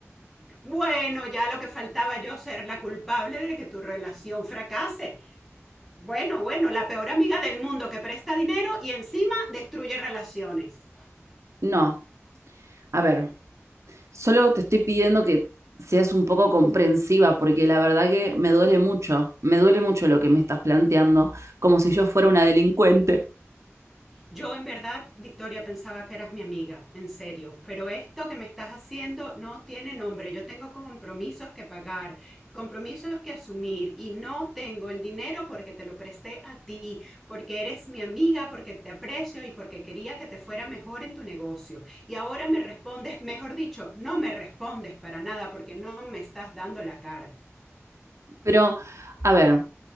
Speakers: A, in the centre; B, on the right.
A: Bueno, ya lo que faltaba yo ser la culpable de que tu relación fracase. Bueno, bueno, la peor amiga del mundo que presta dinero y encima destruye relaciones.
B: No. A ver, solo te estoy pidiendo que seas un poco comprensiva, porque la verdad que me duele mucho, me duele mucho lo que me estás planteando, como si yo fuera una delincuente.
A: Yo en verdad, Victoria, pensaba que eras mi amiga, en serio, pero esto que me estás haciendo no tiene nombre. Yo tengo compromisos que pagar, compromisos que asumir y no tengo el dinero porque te lo presté a ti, porque eres mi amiga, porque te aprecio y porque quería que te fuera mejor en tu negocio. Y ahora me respondes, mejor dicho, no me respondes para nada porque no me estás dando la cara.
B: Pero, a ver.